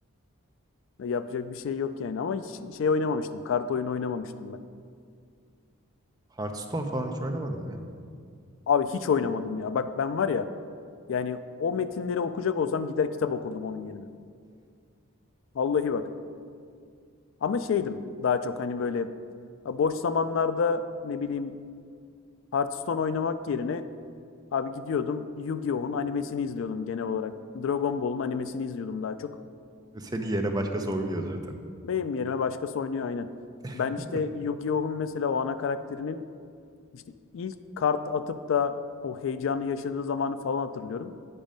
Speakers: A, on the left; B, on the right.
A: Ya Yapacak bir şey yok yani ama hiç şey oynamamıştım. Kart oyunu oynamamıştım ben.
B: Hearthstone falan hiç oynamadım ya.
A: Abi hiç oynamadım ya. Bak ben var ya yani o metinleri okuyacak olsam gider kitap okurdum onun yerine. Vallahi bak. Ama şeydim daha çok hani böyle boş zamanlarda ne bileyim Hearthstone oynamak yerine Abi gidiyordum Yu-Gi-Oh'un animesini izliyordum genel olarak. Dragon Ball'un animesini izliyordum daha çok.
B: Senin yerine başkası oynuyor zaten.
A: Benim yerime başkası oynuyor aynen. Ben
B: <laughs>
A: işte Yu-Gi-Oh'un mesela o ana karakterinin işte ilk kart atıp da o heyecanı yaşadığı zamanı falan hatırlıyorum.